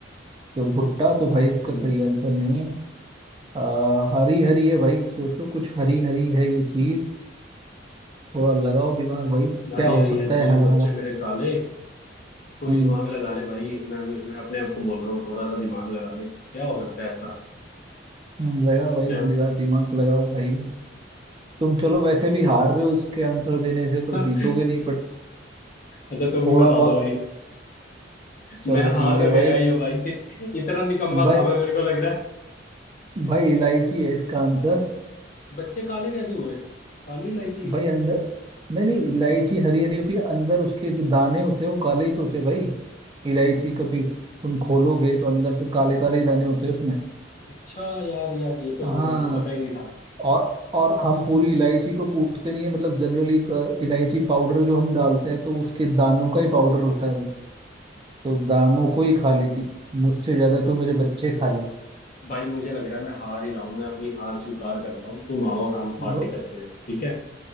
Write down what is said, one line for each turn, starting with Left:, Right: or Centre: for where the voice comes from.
Right: तो भुट्टा तो भाई इसका
Left: हम्म,
Right: सही आंसर नहीं है आ, हरी हरी है भाई सोचो कुछ हरी हरी है ये चीज थोड़ा लगाओ दिमाग भाई
Left: हरी
Right: क्या हो
Left: हरी
Right: सकता
Left: है चूज
Right: है हरा
Left: बच्चे
Right: हरा
Left: मेरे काले कोई
Right: हम्म
Left: दिमाग लगा ले भाई मैं भी मैं अपने आप को बोल रहा हूँ थोड़ा सा दिमाग लगा ले क्या हो सकता है ऐसा
Right: <laughs> लगा भाई
Left: क्या
Right: लगा दिमाग लगाओ भाई तुम चलो वैसे भी हार रहे हो इसके आंसर देने से तुम
Left: <laughs>
Right: जीतोगे नहीं बट
Left: अच्छा तुम
Right: थोड़ा
Left: भी बता
Right: बहुत
Left: दो भाई
Right: चलो
Left: मैं हार
Right: ठीक
Left: तो
Right: है
Left: गया
Right: भाई
Left: ही हूँ भाई <laughs> इतना निकम्मा
Right: भाई
Left: था मैं मेरे को लग रहा है
Right: भाई इलायची है इसका आंसर
Left: बच्चे काले कैसे हुए काली इलायची
Right: भाई अंदर नहीं नहीं इलायची हरी हरी होती है अंदर उसके जो दाने होते हैं वो काले ही तो होते हैं भाई इलायची कभी तुम खोलोगे तो अंदर से काले काले ही दाने होते हैं उसमें
Left: अच्छा यार यार ये तो
Right: हाँ
Left: जो मेरे को पता ही नहीं था
Right: और और हम पूरी इलायची को कूटते नहीं है मतलब जनरली इलायची पाउडर जो हम डालते हैं तो उसके दानों का ही पाउडर होता है वो तो दानों को ही खा लेगी मुझसे ज्यादा तो मेरे बच्चे खा ले
Left: भाई मुझे लग रहा है मैं हार ही रहा हूँ मैं अपनी हार स्वीकार करता हूँ तुम आओ और हम
Right: लो
Left: पार्टी करते हैं ठीक है